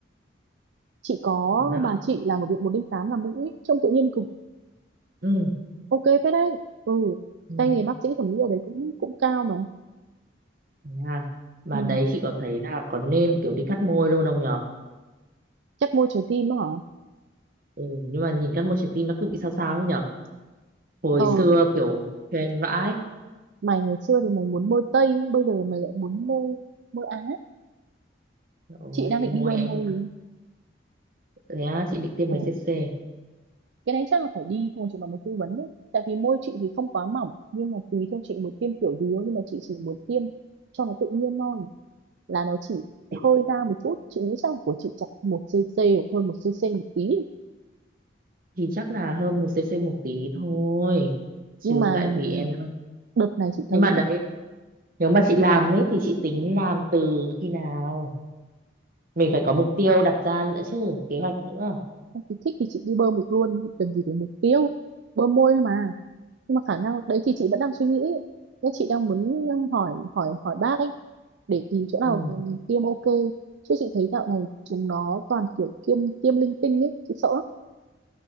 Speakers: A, on the right; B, on the right.
A: chị có
B: thế à?
A: bà chị làm ở viện một linh tám làm mũi ấy, trông tự nhiên cực
B: ừ
A: ok phết đấy ừ
B: ừ
A: tay nghề bác sĩ thẩm mỹ ở đấy cũng cũng cao mà
B: yeah. mà
A: ừ.
B: đấy chị có thấy là có nên kiểu đi cắt môi luôn không nhở
A: chắc môi trái tim á hả
B: ừ, nhưng mà nhìn cắt môi trái tim nó cứ bị sao sao ấy nhở hồi
A: ờ
B: xưa kiểu trend vãi
A: mày ngày xưa thì mày muốn môi Tây bây giờ mày lại muốn môi môi Á
B: rồi
A: chị đang định
B: môi
A: đi đâu
B: em
A: môi
B: thế á, chị định tiêm
A: Ờ.
B: mấy cc
A: cái đấy chắc là phải đi thôi chúng nó mới tư vấn đấy tại vì môi chị thì không quá mỏng nhưng mà tùy theo chị muốn tiêm kiểu gì thôi nhưng mà chị chỉ muốn tiêm cho nó tự nhiên thôi là nó chỉ
B: Tiêm
A: hơi ra một chút chị nghĩ chắc của chị chặt một cc hoặc hơn một cc một tí
B: thì chắc là hơn một cc một tí thôi chứ
A: nhưng mà
B: tại vì em
A: đợt này chị
B: nhưng
A: thấy
B: mà đấy nếu mà chị làm ấy thì chị tính làm từ khi nào mình phải có mục tiêu đặt ra nữa chứ kế hoạch nữa
A: chị thích thì chị đi bơm được luôn cần gì để mục tiêu bơm môi thôi mà nhưng mà khả năng đấy thì chị vẫn đang suy nghĩ nên chị đang muốn hỏi hỏi hỏi bác ấy để tìm chỗ nào
B: ừ
A: thì mình tiêm ok chứ chị thấy dạo này chúng nó toàn kiểu tiêm tiêm linh tinh ấy chị sợ lắm